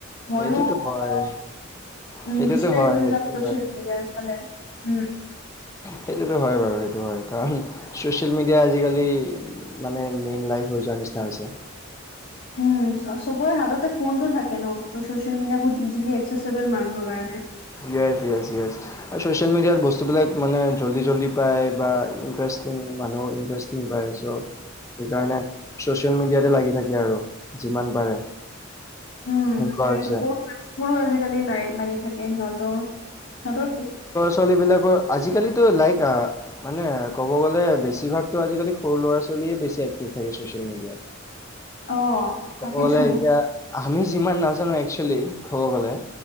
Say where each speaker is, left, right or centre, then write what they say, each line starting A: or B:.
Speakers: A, on the left (about 70°); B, on the left (about 15°).
A: মইয়ো
B: সেইটোতো
A: অকমান
B: হয়।
A: উম
B: সেইটোতো
A: ডিষ্ট্ৰেক্ট
B: হয়
A: হৈ
B: সেইটোতো
A: যাওঁ চচিয়েল
B: হয়।
A: মিডিয়াৰ ফালে উম
B: সেইটোতো হয় বাৰু সেইটো হয়। কাৰণ চচিয়েল মিডিয়া আজিকালি মানে মেইন লাইফ হৈ যোৱাৰ নিচিনা হৈছে।
A: উম, চবৰে হাততে ফোনটো থাকে ন। ত' ছচিয়েল মিডিয়া বোৰ ইজিলি একচেসেবল মানুহৰ কাৰণে৷
B: ইয়েছ-ইয়েছ-ইয়েছ আৰু ছ'চিয়েল মিডিয়াত বস্তুবিলাক মানে জল্দি - জল্দি পায় বা ইণ্টাৰেষ্টিং মানুহ ইণ্টাৰেষ্ট কি পায় চ' সেইকাৰণে ছ'চিয়েল মিডিয়াতে লাগি থাকে আৰু যিমান পাৰে।
A: উম
B: সেনেকুৱা
A: তাকেইতো
B: হৈছে
A: সৰুবোৰো আজিকালি নাই লাগি থাকে সিহঁতৰ সিহঁতৰ
B: ল' ছোৱালীবিলাকৰ আজিকালিতো লাইক আ মানে ক'ব গ'লে বেছিভাগতো আজিকালি সৰু ল'ৰা ছোৱালীয়ে বেছি এক্টিভ থাকে ছচিয়েল মিডিয়াত।
A: অ
B: ক'ব
A: তাকেতো
B: গ'লে এতিয়া, আমি যিমান নাজানো একচুৱেলি কব গ'লে